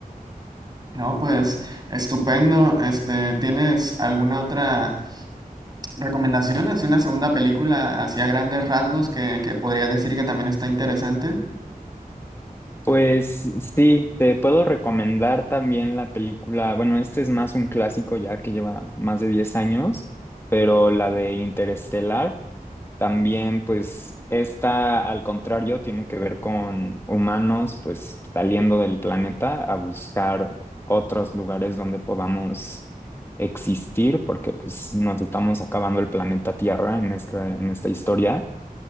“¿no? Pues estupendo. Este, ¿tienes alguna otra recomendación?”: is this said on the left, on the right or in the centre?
Right